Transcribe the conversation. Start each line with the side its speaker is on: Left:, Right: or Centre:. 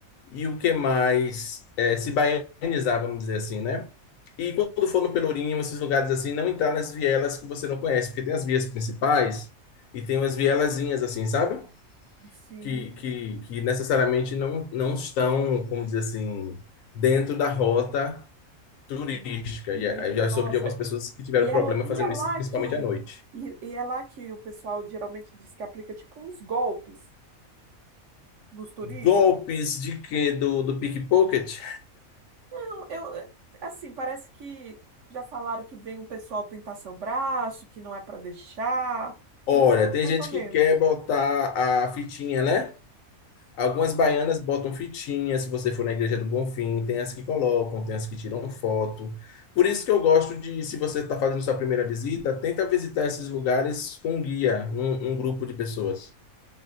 Left: e o que mais eh, se baianizar, vamos dizer assim, né? E quando for no Pelourinho, esses lugares assim, não entrar nas vielas que você não conhece, porque tem as vias principais e tem umas vielazinhas assim, sabe?
Right: sim,
Left: Que, que, que necessariamente não, não estão, como dizer assim, dentro da rota turística.
Right: en- entendi.
Left: E eh, eu já
Right: Nossa,
Left: soube de algumas pessoas que tiveram
Right: e é,
Left: problema
Right: e
Left: fazendo
Right: é lá
Left: isso, principalmente
Right: que
Left: à noite.
Right: e, e é lá que o pessoal geralmente diz que aplica tipo uns golpes nos turistas.
Left: Golpes de quê? Do, do pickpocket?
Right: Não, eu é, assim, parece que já falaram que vem um pessoal pintar seu braço, que não é para deixar.
Left: Olha,
Right: Eu não sei
Left: tem
Right: mais
Left: gente
Right: ou menos.
Left: que quer botar a fitinha, né? Algumas baianas botam fitinha, se você for na Igreja do Bonfim, tem as que colocam, tem as que tiram foto. Por isso que eu gosto de, se você está fazendo sua primeira visita, tenta visitar esses lugares com um guia, um, um grupo de pessoas.